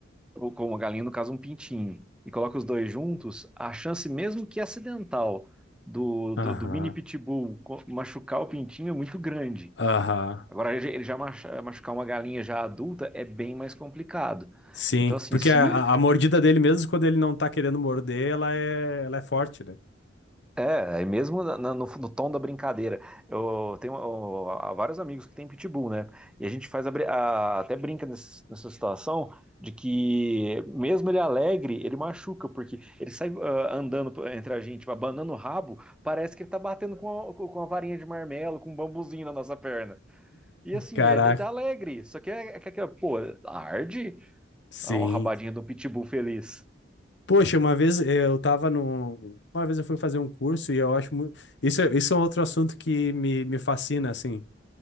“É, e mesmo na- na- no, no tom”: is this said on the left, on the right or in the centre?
Centre